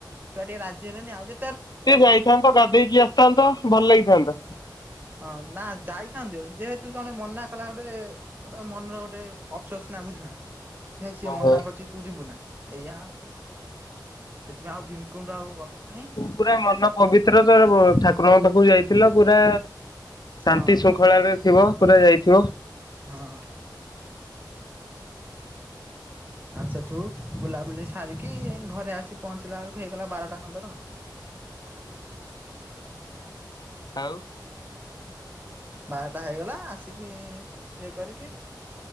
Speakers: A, on the right; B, on the left.
A: ଛୁଆ ଟିକେ ରାଜି ହଲେନି ଆଉ ଜେ
B: ଟିକେ ଯାଇଥାନ୍ତ ଗାଧେଇକି ଆସିଥାନ୍ତ ଭଲ ଲାଗିଥାନ୍ତା।
A: ହଁ ନା ଯାଇଥାନ୍ତୁ ଯେହେତୁ ଜଣେ ମନା କଲା ଗୋଟେ ଗୋଟେ ମନରେ ଗୋଟେ ଅଫସୋସ ନା ବୁଝିବ ନା ହେ ସିଏ
B: ଓହୋ।
A: ମନା କରୁଛି ତୁ ଯିବୁନା ଏଇଆ ଆଉ। ସେଥିପାଇଁ ଆଉ ଭୀମକୁଣ୍ଡ ଆଉ ଗଲୁ ନାହିଁ।
B: ପୁରା ମନ ପବିତ୍ର ତ ଠାକୁରଙ୍କ ପାଖକୁ ଯାଇଥିଲ ପୁରା
A: ହଁ
B: ଶାନ୍ତି ଶୃଙ୍ଖଳାରେ ଥିବ ପୁରା ଯାଇଥିବ।
A: ହଁ। ଆଁ ସେଠୁ ବୁଲାବୁଲି ସାରିକି ଘରେ ଆସି ପହଞ୍ଚିଲା ବେଳକୁ ହେଇଗଲା ବାରଟା ଖନ୍ଦର।
B: ଆଉ।
A: ବାରଟା ହେଇଗଲା ଆସିକି ଇଏ କରିକି